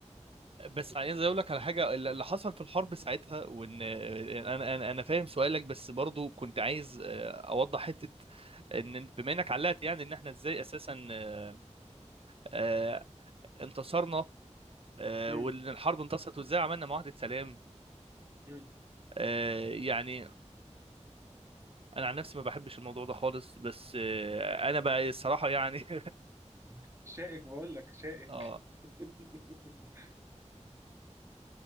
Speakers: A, on the right; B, on the right.
A: بس عايز اقول لك على حاجه اللي حصل في الحرب ساعتها وان انا انا انا فاهم سؤالك بس برضو كنت عايز آه، اوضح حته ان بما انك علقت يعني ان احنا ازاي اساسا آه، آه، انتصرنا آه،
B: مم.
A: وان الحرب انتصرت وازاي عملنا معاهده سلام
B: مم.
A: آه، يعني انا عن نفسي ما بحبش الموضوع ده خالص بس آه، انا بقى الصراحه يعني <laughs>
B: <laughs> شائك بقول لك شائك
A: اه
B: <laughs>